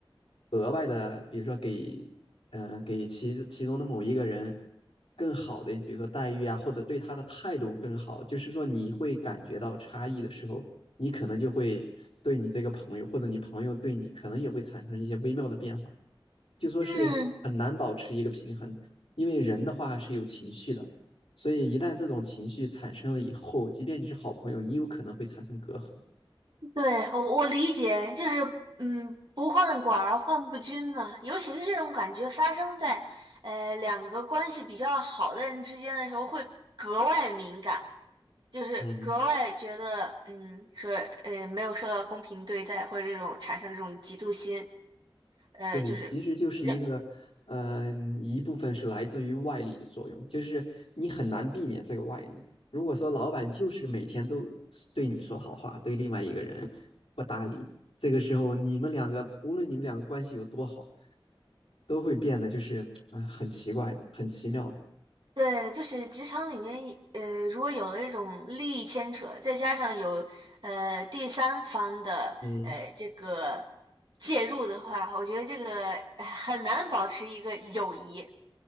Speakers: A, on the left; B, on the right.
A: 额外的，比如说给，呃，给其其中的某一个人更好的，比如说待遇啊，或者对他的态度更好，就是说你会感觉到差异的时候，你可能就会对你这个朋友，或者你朋友对你，可能也会产生一些微妙的变化，就说是很难保持一个平衡，
B: 嗯。
A: 因为人的话是有情绪的，所以一旦这种情绪产生了以后，即便你是好朋友，你有可能会产生隔阂。
B: 对，我我理解，就是嗯，不患寡而患不均嘛。尤其是这种感觉发生在呃两个关系比较好的人之间的时候，会格外敏感，就是格外觉得嗯，
A: 嗯，
B: 说呃没有受到公平对待，或者这种产生这种嫉妒心，呃，
A: 对，
B: 就是让。
A: 其实就是一个，嗯、一部分是来自于外力的作用，就是你很难避免这个外力。如果说老板就是每天都对你说好话，对另外一个人不搭理，这个时候你们两个，无论你们两个关系有多好，都会变得就是啊、很奇怪的，很奇妙的。
B: 对，就是职场里面，呃，如果有了一种利益牵扯，再加上有呃第三方的呃这个
A: 嗯，
B: 介入的话，我觉得这个呃很难保持一个友谊，